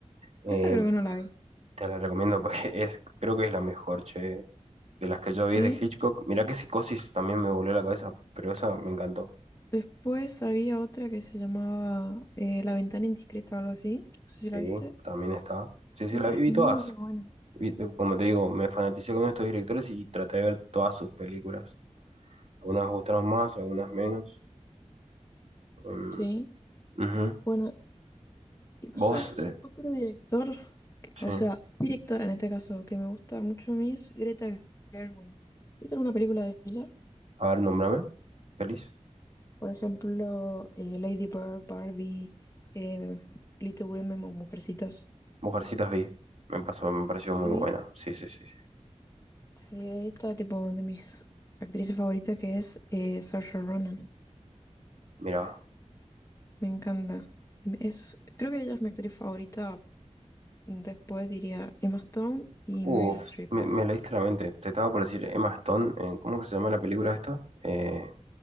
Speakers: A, on the right; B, on the left.
A: Eh,
B: Esa creo que no la vi.
A: te la recomiendo porque <laughs> es, creo que es la mejor, che, de las que yo vi
B: ¿Sí?
A: de Hitchcock. Mirá que Psicosis también me volvió la cabeza, pero esa me encantó.
B: Después había otra que se llamaba eh, La ventana indiscreta o algo así. No sé si
A: Sí,
B: la viste.
A: también está. Sí, sí,
B: Esa
A: la vi,
B: es
A: vi
B: muy
A: todas.
B: buena.
A: Vi- eh, como te digo, me fanaticé con estos directores y traté de ver todas sus películas. Algunas me gustaron más, algunas menos. Em,
B: Sí.
A: ujú.
B: Bueno, y vos
A: Vos,
B: sabés,
A: eh,
B: otro director, que- o
A: sí.
B: sea, directora en este caso, que me gusta mucho a mí es Greta Gerwig. ¿Viste alguna película de ella?
A: A ver, nombrame. Feliz.
B: Por ejemplo, eh, Lady Bird, Barbie, eh, Little Women o Mujercitas.
A: Mujercitas vi. Me pasó, me pareció
B: Sí.
A: muy buena. Sí, sí, sí. sí.
B: Sí, ahí está tipo de mis actrices favoritas que es eh, Saoirse Ronan.
A: Mira,
B: Me encanta. Es, creo que ella es mi actriz favorita. Después diría Emma Stone y
A: uff,
B: Meryl Streep.
A: me, me leíste la mente. Te estaba por decir Emma Stone, en- ¿cómo que se llama la película esta? Eh,